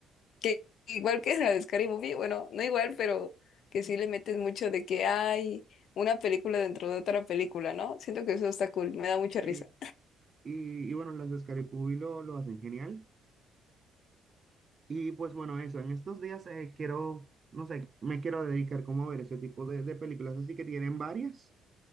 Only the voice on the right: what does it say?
eh,
y, y bueno, las de Scary lo, lo hacen genial. Y pues bueno, eso, en estos días eh, quiero, no sé, me quiero dedicar como a ver ese tipo de, de películas, así que tienen varias